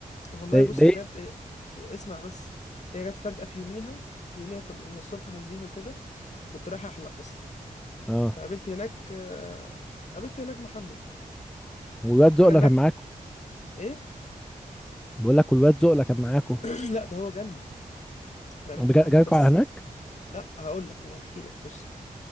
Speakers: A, on the left; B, in the centre.
A: والله
B: ده
A: بص
B: ده
A: هي
B: ايه؟
A: جت ايه واسمع بس هي جت فجأة في يوميها في يوميها كنا الصبح نازلين وكده كنت رايح أحلق أصلا
B: اه
A: فقابلت هناك آه، قابلت هناك محمد
B: والواد زقله
A: وانا هناك
B: كان معاكم
A: ايه
B: بقول لك والواد زقله كان معاكم
A: <clears throat> لا ده هو جالنا احنا قابلت
B: بجا-
A: محمد
B: جالكوا
A: بس
B: على هناك
A: لا هقول لك ما انا هحكي لك بص